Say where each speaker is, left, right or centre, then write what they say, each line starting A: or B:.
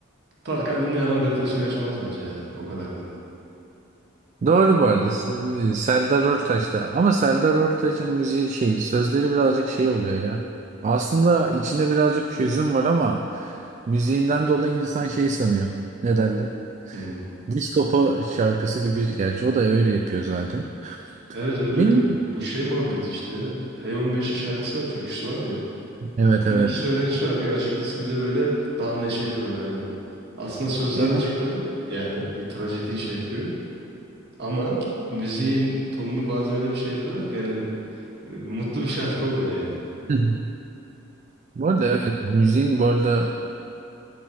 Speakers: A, on the right; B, on the right.
A: Tarkan dinleyen adam depresyon yaşamaz bence yani. O kadar diyeyim.
B: doğru bu arada. S- e, Serdar Ortaç'ta ama Serdar Ortaç'ın müziği şey sözleri birazcık şey oluyor ya. Aslında içinde birazcık hüzün var ama müziğinden dolayı insan şey sanıyor. Ne derler?
A: Hmm.
B: Disco Po- şarkısı gibi gerçi o da öyle yapıyor zaten.
A: Evet öyle
B: Benim
A: yapıyor. Bu şey muhabbet işte ya. Hey 15'i şarkısı var, türküsü var ya.
B: evet
A: Bunun
B: evet.
A: iki söylenişi var. Bir acıklısı bir de böyle daha neşeli böyle hani. Aslında sözler
B: E,
A: acıklı. Yani bir trajediyi şey yapıyor. Ama müziğin tonunu bazen öyle bir şey yapıyorlar ki hani e, mutlu bir şarkı oluyor yani.
B: hı. bu arada evet müziğin bu arada